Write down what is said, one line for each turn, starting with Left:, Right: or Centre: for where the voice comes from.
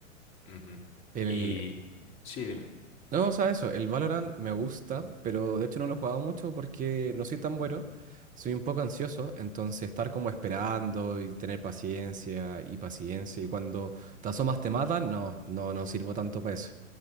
Left: Ujú.
Right: El,
Left: Y sí, dime.
Right: No, o sea, eso, el Valorant me gusta, pero de hecho no lo he jugado mucho porque no soy tan bueno, soy un poco ansioso, entonces estar como esperando y tener paciencia y paciencia y cuando te asomas te matan, no, no, no sirvo tanto para eso.